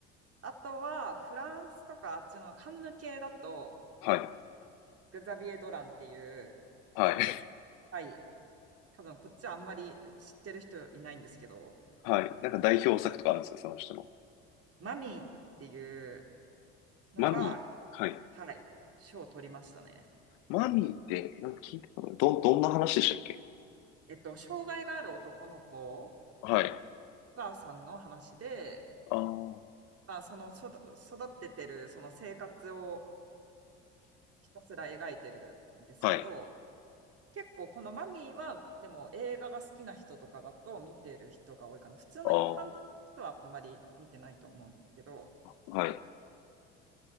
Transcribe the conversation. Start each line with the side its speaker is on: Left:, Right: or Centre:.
Right: あとは、フランスとかあっちのカンヌ系だと、
Left: はい。
Right: グザビエ・ドランっていう、
Left: はい。<laughs>
Right: すはい、多分こっちはあんまり知ってる人いないんですけど、
Left: はい。なんか代表作とかあるんですか、その人の。
Right: マミーっていうのが、
Left: マミー。はい。
Right: はい、賞を取りましたね。
Left: マミーって、なんか聞いたかなど、どんな話でしたっけ
Right: えっと、障害がある男の子
Left: はい。
Right: お母さんの話で、
Left: ああ、
Right: まあ、その育育っててるその生活をひたすら描いてるんですけど、
Left: はい。
Right: 結構このマミーは、でも映画が好きな人とかだと見てる人が多いかな。普通の一般的な人はあんまり見てないと思うんですけど、
Left: ああ、はい。